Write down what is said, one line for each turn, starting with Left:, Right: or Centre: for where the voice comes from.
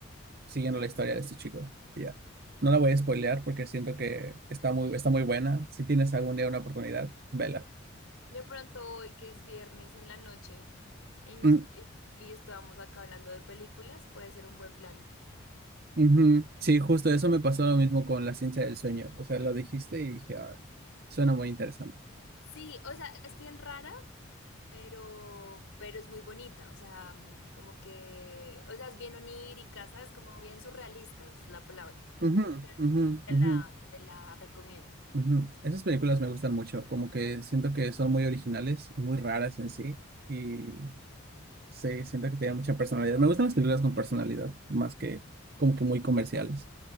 Right: siguiendo la historia de estos chicos. Y Ya. No la voy a spoilear porque siento que está muy, está muy buena. Si tienes algún día una oportunidad, vela.
Left: De pronto hoy que es viernes en la noche y nos
Right: Mm,
Left: y y estábamos acá hablando de películas, puede ser un buen plan.
Right: ujú. Sí, justo eso me pasó lo mismo con La ciencia del sueño. O sea, lo dijiste y dije, "Ah, suena muy interesante.
Left: Sí, o sea, es bien rara, pero pero es muy bonita, o sea, mm, como que, o sea, es bien onírica, ¿sabes? Como bien surrealista es la palabra. Ujú,
Right: Ujú,
Left: pero
Right: ujú,
Left: te la
Right: ujú.
Left: te la recomiendo.
Right: Ujú. Esas películas me gustan mucho, como que siento que son muy originales y muy raras en sí, y sí, siento que tienen mucha personalidad. Me gustan las películas con personalidad, más que como que muy comerciales.